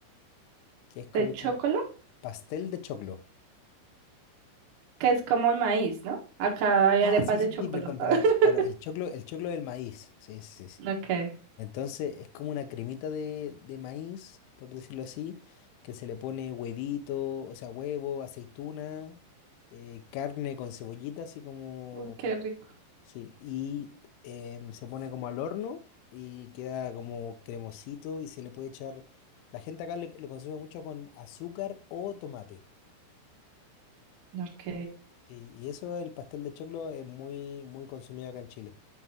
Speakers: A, on the left (about 80°); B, on the right (about 60°).
A: que es como
B: De chocolo,
A: un pastel de choclo.
B: que es como el maíz, ¿no? Acá hay
A: Ah,
B: arepas
A: sí,
B: de
A: sí,
B: chocolo.
A: sí, perdón, perdón.
B: <laughs>
A: Claro, el choclo, el choclo del maíz. Sí, sí, sí. sí.
B: Ok,
A: Entonces es como una cremita de, de maíz, por decirlo así, que se le pone huevito, o sea, huevo, aceituna, eh, carne con cebollita, así como...
B: Uy, qué rico.
A: Sí, y em, se pone como al horno y queda como cremosito y se le puede echar... La gente acá le- lo consume mucho con azúcar o tomate.
B: Ok.
A: Sí, y eso, el pastel de choclo es muy, muy consumido acá en Chile.